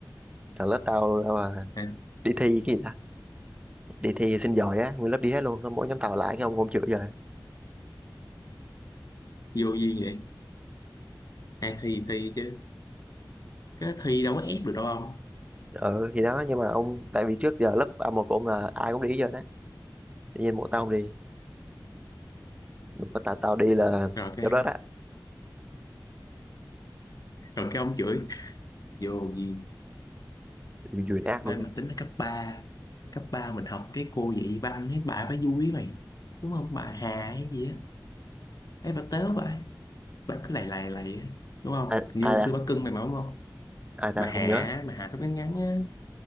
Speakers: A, on the right; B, on the left.
A: là lớp tao là
B: à,
A: đi thi cái gì ta đi thi xin giỏi á nguyên lớp đi hết luôn xong mỗi nhóm tao lại cái ông không chữa rồi
B: vô duyên vậy ai thi thì thi chứ cái thi đâu có ép được đâu ông
A: ừ thì đó nhưng mà ông tại vì trước giờ lớp a một của ông là ai cũng đi hết trơn á tự nhiên mỗi tao không đi Lúc mà tao tao đi là
B: rồi cái
A: Lúc đó đó
B: rồi cái ông chửi vô duyên
A: Duyên
B: Ê,
A: ác luôn đấy
B: mà tính là cấp ba, cấp 3 mình học cái cô dạy văn cái bà bà vui mày đúng không bà Hà hay gì á ấy bà tớ vậy bà cứ lầy lầy lầy á đúng không
A: ai,
B: như
A: ai
B: hồi xưa
A: ta
B: bà cưng mày mà đúng không
A: ai ta
B: bà Hạ
A: không nhớ
B: bà Hạ tóc ngắn ngắn á